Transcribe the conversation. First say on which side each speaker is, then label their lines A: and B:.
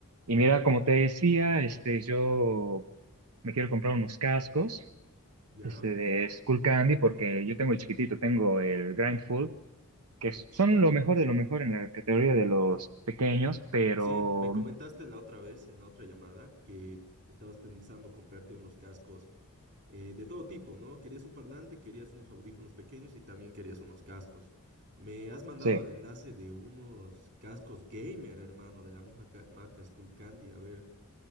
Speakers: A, on the right; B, on the right.
A: Y mira, como te decía, este, yo me quiero comprar unos cascos,
B: Ya.
A: este, de Skullcandy, porque yo tengo el chiquitito, tengo el Grindful, que son lo mejor de lo mejor en la categoría de los pequeños, pero
B: Sí, me comentaste la otra vez, en la otra llamada, que estabas pensando comprarte unos cascos eh, de todo tipo, ¿no? Querías un parlante, querías unos audífonos pequeños y también querías unos cascos. Me has mandado
A: sí,
B: el enlace de unos cascos gamer, hermano, de la misma ca- marca Skullcandy. A ver,